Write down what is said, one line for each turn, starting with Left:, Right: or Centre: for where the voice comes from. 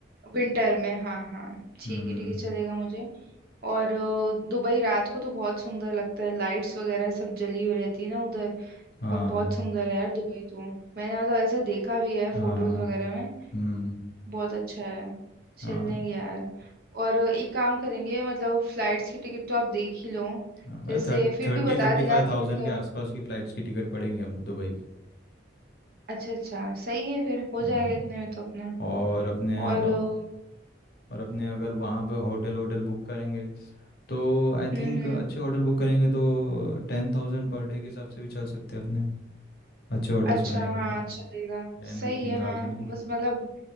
Right: विंटर में हाँ हाँ ठीक
Left: हम्म
Right: है ठीक है चलेगा मुझे और अ, दुबई रात को तो बहुत सुंदर लगता है लाइट्स वगैरह सब जली हुई रहती है ना उधर
Left: हाँ
Right: और बहुत सुंदर है यार दुबई तो मैंने मतलब ऐसा देखा भी है फोटोज
Left: हाँ हाँ
Right: वगैरह में
Left: हम्म
Right: बहुत अच्छा है चल
Left: हाँ
Right: लेंगे यार और अ, एक काम करेंगे मतलब फ्लाइट्स की टिकट तो आप देख ही लो
Left: हाँ मतलब
Right: जैसे
Left: thirty
Right: फिर
Left: thirty
Right: भी बता
Left: thirty
Right: देना
Left: five thousand
Right: कि मतलब
Left: के आसपास की फ़्लाइट्स की टिकट पड़ेगी हमको दुबई की
Right: अच्छा अच्छा सही है फिर हो
Left: हम्म
Right: जाएगा इतने में तो अपना
Left: और अपने
Right: और
Left: अब-
Right: अ,
Left: और अपने अगर वहाँ पे होटल होटल बुक करेंगे तो आई
Right: हम्म
Left: थिंक
Right: हम्म
Left: अच्छे होटल बुक करेंगे तो टेन थाउजेंड पर डे के हिसाब से भी चल सकते हैं अपने अच्छे होटल्स
Right: अच्छा
Left: में रहेंगे
Right: हाँ
Left: तो
Right: चलेगा
Left: टेन
Right: सही
Left: फिफ्टीन
Right: है
Left: थाउजेंड
Right: हाँ
Left: की
Right: बस मतलब